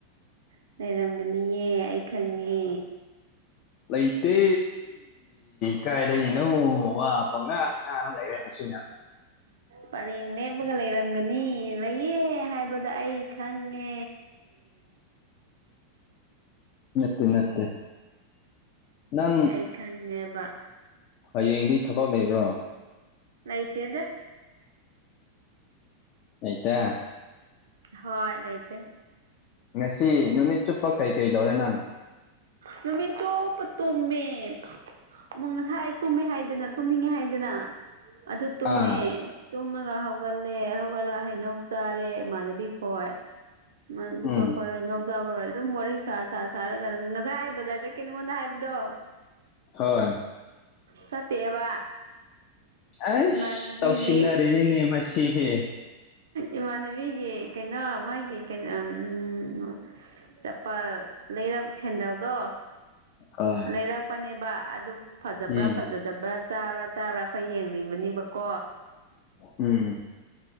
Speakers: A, on the right (about 65°); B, on the left (about 40°).
A: ꯍ ꯂꯩꯔꯝꯒꯅꯤꯌꯦ ꯑꯩ ꯈꯪꯉꯦ
B: ꯂꯩꯇꯦ ꯀꯥꯏꯗꯒꯤꯅꯣ ꯋꯥ ꯄꯉꯥꯡ ꯉꯥꯡ ꯂꯩꯔꯦ ꯃꯁꯤꯅ
A: ꯄꯔꯦꯡ ꯂꯦꯞꯂꯒ ꯂꯩꯔꯝꯒꯅꯤ ꯂꯩꯌꯦ ꯍꯥꯏꯕꯗ ꯑꯩ ꯈꯪꯉꯦ
B: ꯅꯠꯇꯦ ꯅꯠꯇꯦ ꯅꯪ
A: ꯑꯩ ꯈꯪꯉꯦꯕ
B: ꯍꯌꯦꯡꯗꯤ ꯊꯕꯛ ꯂꯩꯕ꯭ꯔꯣ
A: ꯂꯩꯇꯦꯗ
B: ꯑꯇ
A: ꯍꯣꯏ ꯂꯩꯇ
B: ꯉꯁꯤ ꯅꯨꯃꯤꯠ ꯆꯨꯞꯄ ꯀꯩꯀꯩꯗꯧꯔꯦ ꯅꯪ
A: ꯅꯨꯃꯤ ꯆꯣꯞꯄ ꯇꯣꯃꯦ ꯑꯃ ꯉꯁꯥꯏ ꯑꯩ ꯇꯨꯝꯃꯦ ꯍꯥꯏꯗꯅ ꯇꯨꯝꯅꯤꯡꯉꯦ ꯍꯥꯏꯗꯅ ꯑꯗꯨ ꯇꯨꯝꯃꯦ
B: ꯑꯥ
A: ꯇꯨꯝꯃꯒ ꯍꯧꯒꯠꯂꯦ ꯍꯧꯒꯠꯂ ꯍꯩꯅꯧ ꯆꯥꯔꯦ ꯏꯃꯥꯟꯅꯕꯤ ꯈꯣꯏ ꯃꯗꯤꯀꯣꯏ
B: ꯎꯝ
A: ꯀꯣꯏ ꯍꯅꯥꯎꯖꯥꯕ ꯑꯗꯨꯝ ꯋꯥꯔꯤ ꯁꯥ ꯁꯥ ꯁꯥꯔꯒ ꯉꯁꯥꯏ ꯕꯖꯥꯔ ꯀꯩꯅ ꯃꯗ ꯍꯥꯏꯕꯗꯣ
B: ꯍꯣꯏ
A: ꯁꯠꯇꯦꯕ
B: ꯑꯩꯁ
A: ꯏꯃꯅꯕꯤꯒꯤ
B: ꯇꯧꯁꯤꯟꯅꯔꯤꯅꯤꯅꯦ ꯃꯁꯤꯁꯦ
A: ꯏꯃꯥꯟꯅꯕꯤꯒꯤ ꯀꯩꯅꯣ ꯃꯥꯒꯤ ꯀꯩꯅꯣ ꯎ ꯆꯞꯄ ꯂꯩꯔ ꯁꯦꯟꯗꯕꯗꯣ
B: ꯍꯣꯏ
A: ꯂꯩꯔꯛꯄꯅꯦꯕ ꯑꯗꯨ ꯐꯖꯕ꯭ꯔꯥ
B: ꯎꯝ
A: ꯐꯖꯗꯕ꯭ꯔꯥ ꯆꯥꯕ꯭ꯔꯥ ꯆꯥꯕ꯭ꯔꯥ ꯑꯩꯈꯣꯏ ꯌꯦꯡꯅꯤꯡꯕꯅꯤꯕꯀꯣ
B: ꯎꯝ